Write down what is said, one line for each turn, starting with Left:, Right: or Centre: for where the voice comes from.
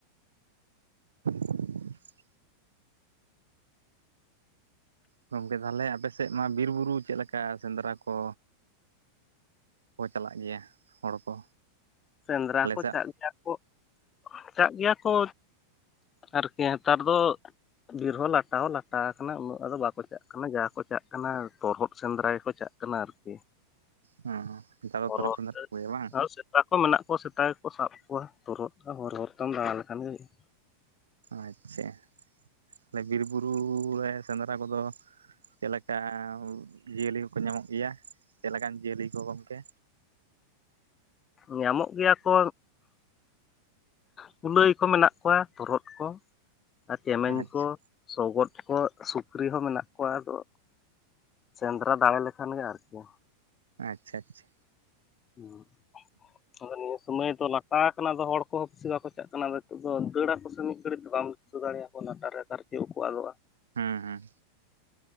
Right: <unintelligible> ᱜᱚᱢᱠᱮ ᱛᱟᱦᱞᱮ ᱟᱯᱮ ᱥᱮᱫ ᱢᱟ ᱵᱤᱨᱼᱵᱩᱨᱩ ᱪᱮᱫ ᱞᱮᱠᱟ ᱥᱮᱸᱫᱽᱨᱟ ᱠᱚ? ᱠᱚ ᱪᱟᱞᱟᱜ ᱜᱮᱭᱟ ᱦᱚᱲ ᱠᱚ?
Left: ᱥᱮᱸᱫᱽᱨᱟ
Right: ᱟᱞᱮ
Left: ᱠᱚ
Right: ᱥᱮᱫ
Left: ᱪᱟᱜ ᱜᱮᱭᱟ ᱠᱚ ᱪᱟᱜ ᱜᱮᱭᱟ ᱠᱚ ᱟᱨᱠᱤ ᱱᱮᱛᱟᱨ ᱫᱚ ᱵᱤᱨ ᱦᱚᱸ ᱞᱟᱴᱟ ᱦᱚᱸ ᱞᱟᱴᱟ ᱟᱠᱟᱱᱟ ᱩᱱᱟᱹᱜ ᱟᱫᱚ ᱵᱟᱠᱚ ᱪᱟᱜ ᱠᱟᱱᱟ ᱡᱟ ᱠᱚ ᱪᱟᱜ ᱠᱟᱱᱟ ᱛᱚᱨᱦᱚᱫ ᱥᱮᱸᱫᱽᱨᱟ ᱜᱮᱠᱚ ᱪᱟᱜ ᱠᱟᱱᱟ᱾ ᱠᱟᱱᱟ ᱟᱨᱠᱤ
Right: ᱦᱩᱸ ᱦᱩᱸ ᱱᱮᱛᱟᱨ ᱫᱚ
Left: ᱛᱚᱨᱦᱚᱫ
Right: ᱛᱚᱨᱚᱫ ᱠᱚ <unintelligible> ᱜᱮᱭᱟ ᱵᱟᱝ
Left: ᱟᱨ ᱥᱮᱛᱟ ᱠᱚ ᱢᱮᱱᱟᱜ ᱠᱚᱣᱟ ᱥᱮᱛᱟ ᱜᱮᱠᱚ ᱥᱟᱵ ᱠᱚᱣᱟ ᱛᱚᱨᱚᱫ ᱦᱚᱨ ᱦᱚᱨᱛᱮᱢ ᱫᱟᱬᱟ ᱞᱮᱠᱷᱟᱱ ᱜᱮ ᱦᱩᱭᱩᱜᱼᱟ᱾
Right: ᱟᱪᱪᱷᱟ ᱛᱟᱦᱚᱞᱮ ᱵᱤᱨ ᱵᱩᱨᱩ ᱨᱮ ᱥᱮᱸᱫᱽᱨᱟ ᱠᱚᱫᱚ ᱪᱮᱫᱞᱮᱠᱟ ᱡᱤᱭᱟᱹᱞᱤ ᱠᱚᱠᱚ ᱧᱟᱢᱚᱜ ᱜᱮᱭᱟ ᱪᱮᱫᱞᱮᱠᱟᱱ ᱡᱤᱭᱟᱹᱞᱤ ᱠᱚ ᱜᱚᱝᱠᱮ?
Left: ᱧᱟᱢᱚᱜ ᱜᱮᱭᱟ ᱠᱚ ᱠᱩᱞᱟᱹᱭ ᱠᱚ ᱢᱮᱱᱟᱜᱼ ᱠᱚᱣᱟ ᱛᱚᱨᱚᱫ ᱠᱚ ᱟᱨ ᱪᱮᱢᱮᱧ
Right: ᱟᱪᱪᱷᱟ
Left: ᱠᱚ, ᱥᱚᱜᱚᱫ ᱠᱚ ᱥᱩᱠᱨᱤ ᱦᱚᱸ ᱢᱮᱱᱟᱜ ᱠᱚᱣᱟ ᱟᱫᱚ ᱥᱮᱸᱫᱽᱨᱟ ᱫᱟᱲᱮ ᱞᱮᱠᱷᱟᱱ ᱜᱮ ᱟᱨᱠᱤ,
Right: ᱟᱪᱪᱷᱟ ᱟᱪᱪᱷᱟ
Left: <unintelligible> ᱟᱫᱚ ᱱᱤᱭᱟᱹ ᱥᱩᱚᱢᱚᱭ ᱫᱚ ᱞᱟᱴᱟ ᱟᱠᱟᱱᱟᱫᱚ ᱦᱚᱲ ᱠᱚᱦᱚᱸ ᱵᱤᱥᱤ ᱵᱟᱠᱚ ᱪᱟᱜ ᱠᱟᱱᱟ ᱱᱤᱛᱚᱜ ᱫᱚ ᱫᱟᱹᱲᱟᱠᱚ ᱥᱮ ᱢᱤᱫ ᱜᱷᱟᱹᱲᱤᱡ ᱫᱚ ᱵᱟᱢ ᱦᱟᱹᱥᱩ ᱫᱟᱲᱮᱭᱟᱠᱚ ᱴᱟᱨ ᱨᱮ ᱠᱟᱨᱠᱮ ᱩᱠᱩ ᱟᱫᱚᱜᱼᱟ
Right: ᱦᱮᱸ ᱦᱮᱸ